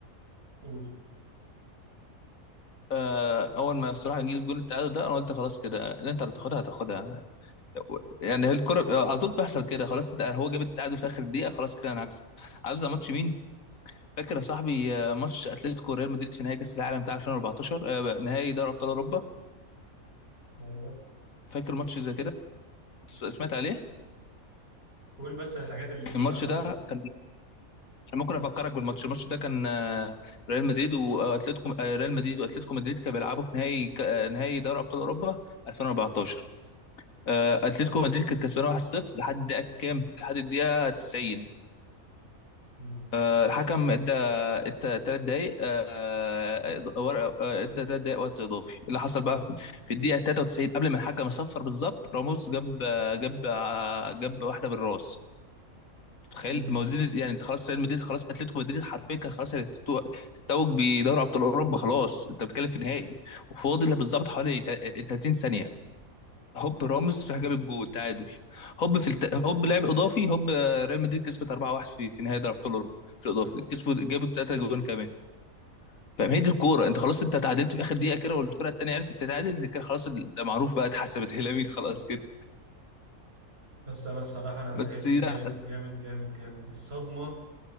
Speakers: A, on the right; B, on the left.
A: قول
B: آه، اول ما الصراحه جه الجول التعادل ده انا قلت خلاص كده اللي انت هتاخدها هتاخدها يعني هي الكره آه، على طول بيحصل كده خلاص ده هو جاب التعادل في اخر دقيقه خلاص كده انا هكسب عارف زي ماتش مين فاكر يا صاحبي آه، ماتش اتلتيكو ريال مدريد في نهائي كاس العالم بتاع 2014 آه، نهائي دوري ابطال اوروبا
A: ايوه
B: فاكر ماتش زي كده س- سمعت عليه
A: قول بس الحاجات اللي فيه
B: الماتش
A: وانا هفتكره
B: ده كان ممكن افكرك بالماتش الماتش ده كان آه، ريال مدريد واتلتيكو آه، ريال مدريد واتلتيكو مدريد كانوا بيلعبوا في نهائي ك- آه، نهائي دوري ابطال اوروبا 2014 آه، اتلتيكو
A: اه
B: مدريد كانت كسبانه 1-0 لحد الدقيقه كام لحد الدقيقه 90
A: مم.
B: آه، الحكم ادى ثلاث دقائق آه، ورقه آه، ادى ثلاث دقائق وقت اضافي اللي حصل بقى في الدقيقه 93 قبل ما الحكم يصفر بالظبط راموس جاب آه، جاب آه، جاب واحده بالراس تخيل
A: مم.
B: ما هو زيد يعني انت خلاص ريال مدريد خلاص اتلتيكو مدريد حرفيا كان خلاص هتتو- تتوج بدوري ابطال اوروبا خلاص انت بتتكلم في نهائي وفاضل بالظبط حوالي تا- 30 ثانيه هوب راموس راح جاب الجول التعادل هوب في الت... هوب لعب اضافي هوب آه، ريال مدريد كسبت 4-1 في في نهائي دوري ابطال اوروبا في الاضافي كسبوا جابوا ثلاثه جوان كمان فاهم هي دي الكوره انت خلاص انت تعادلت في اخر دقيقه كده والفرقه الثانيه عرفت تتعادل كده خلاص ده معروف بقى اتحسبت <laughs> هي لمين خلاص كده
A: بس انا الصراحه انا زعلت
B: بس لا
A: جامد جامد جامد جامد الصدمه